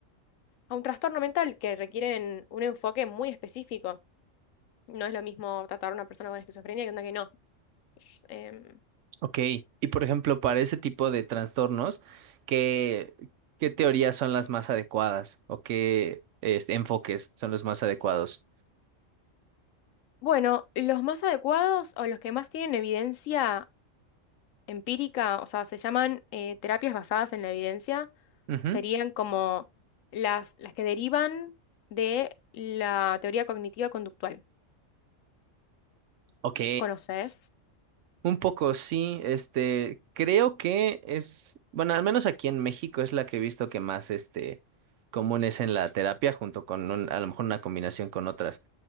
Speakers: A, on the left; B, on the right.
A: a un trastorno mental que requieren un enfoque muy específico. No es lo mismo tratar a una persona con esquizofrenia que una que no. Sh- em,
B: Ok, y por ejemplo, para ese tipo de trastornos, ¿qué, qué teorías son las más adecuadas o qué este, enfoques son los más adecuados?
A: bueno, los más adecuados o los que más tienen evidencia empírica, o sea, se llaman eh, terapias basadas en la evidencia,
B: Ujú.
A: serían como las, las que derivan de la teoría cognitiva conductual.
B: Ok,
A: ¿Conoces?
B: un poco sí, este, creo que es, bueno, al menos aquí en México es la que he visto que más, este, común es en la terapia junto con un- a lo mejor una combinación con otras.